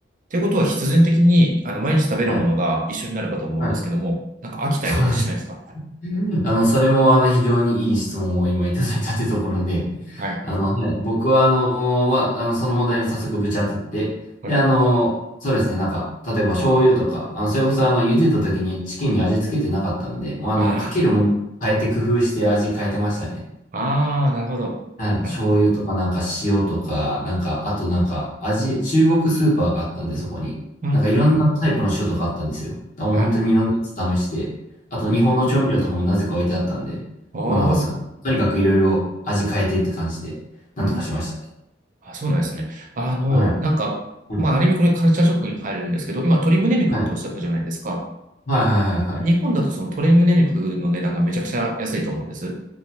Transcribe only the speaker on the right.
ていうことは必然的に、あの、毎日食べるものが一緒になるかと思うんですけども、
なんか飽きたりとかしないですか
はい。
はい。
あ
あ、ああ、なるほど。
なるほど。
うん。
うん、
うん。
はい。
うん。
あ
あ、
うん。あ、そうなんですね。あの、
なんか、
まあ、ある意味これカルチャーショックに入るんですけど、今、鶏胸肉っておっしゃったじゃないですか。
日本だとその鶏胸肉の値段がめちゃくちゃ安いと思うんです。